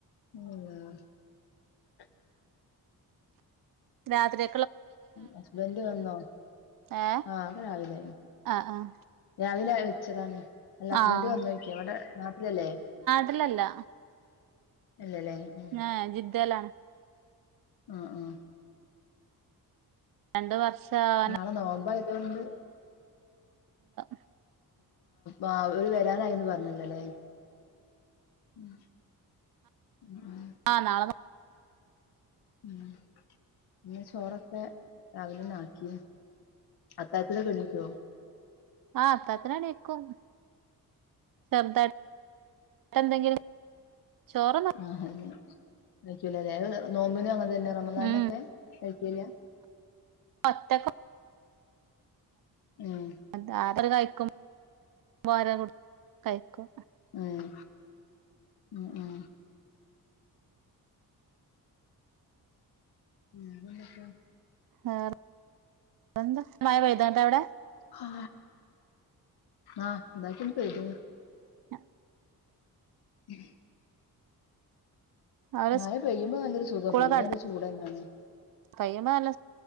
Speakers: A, on the left (about 85°); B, on the right (about 60°).
A: ആ
B: രാത്രി
A: ഹസ്ബൻഡ് വന്നോ
B: ഏഹ്
A: ആഹ് അത് രാവിലായി
B: ആഹ് ആഹ്
A: രാവിലെ വെച്ചതാണ് അല്ല ഹസ്ബൻറ്
B: ആഹ്
A: വന്നോയിക്ക ഇവിടെ നാട്ടിലല്ലേ
B: അല്ലല്ല
A: ഇല്ലല്ലേ ഉം
B: ആ ജിദേലാണ്
A: ആഹ് ആഹ്
B: രണ്ട് വർഷാവാനായി
A: നാളെ നോമ്പായതുകൊണ്ട്
B: <unintelligible>
A: ആ ഓര് വരാനായിന്ന് പറഞ്ഞല്ലോല്ലേ ഉം ഉം
B: ആഹ് നാളെ
A: ഉം പിന്നെ ചോറൊക്കെ രാവിലെ തന്നെ ആക്കി അത്താഴത്തിനൊക്കെ എണീക്കൊ
B: ആഹ് അത്താഴത്തിനെണീക്കും ചെറുതായി എന്തെങ്കിലും ചോറൊന്നും
A: ആഹ് അതെ കഴിക്കൂല അല്ലെ നോമ്പിനും അങ്ങനെ തന്നെ റമളാനിലൊക്കെ
B: ഉം
A: കഴിക്കൂല
B: വത്തക്ക
A: ഉം
B: അ അത്ര കഴിക്കും <unintelligible> കഴിക്കും
A: ഉം ഉം ഉം ഉം വേറെ എന്തൊക്കെയാ
B: ആ വേറെഎന്താ മഴ പെയ്തോണ്ടവടെ
A: ആ ആഹ് ഇതാക്കന്ന പേയ്തീന്
B: ഉ
A: ഉം
B: അവര്
A: മഴ പെയ്യുമ്പോ നല്ലൊരു സുഖം
B: സ്കൂളൊക്കെ
A: പിന്നെ
B: അടു
A: ഒരു ചൂടന്നാണ്
B: കയ്യുമ്പോ നല്ല